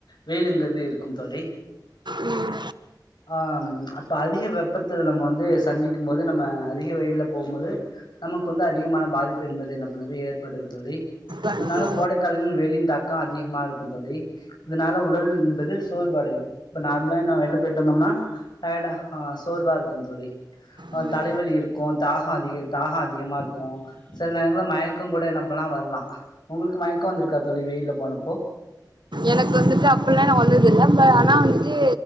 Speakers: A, on the left; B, on the right.
A: வெயிலுங்கறது இருக்கும் தோழி
B: ம்
A: ஆம் அப்ப அதிக வெப்பத்துல நம்ம வந்து சந்திக்கு போது நம்ம அதிக வெயில போம்போது நமக்கு வந்து அதிகமான பாதிப்பு என்பது என்ன பண்ணுது ஏற்படுது தோழி
B: ஆமா
A: அதனால கோடைகாலங்ள் வெயிலின் தாக் கோ அதிகமா இருக்கு தோழி இதனால உடல் என்பது சோர்வடையு இப்ப நார்மலா நா வெள் ய போய்ட்டு வந்தோம்னா டயர்ட் ஆ சோர்வா இருக்கும் தோழி அ
B: ம்
A: தலைவலி
B: ம்
A: இருக்கு தாகோ அதிக தாகோ அதிகமா இருக்கு சில நேரங்கள மயக்கோ கூட என்னப்பண்லா வர்லா உங்ளுக்கு மயக்கோ வந்துருக்கா தோழி வெயில்ல போனப்போ
B: எனக்கு வந்துட்டு அப்ல்லா எனக்கு வந்தது இல்ல ப ஆனா வந்துட்டு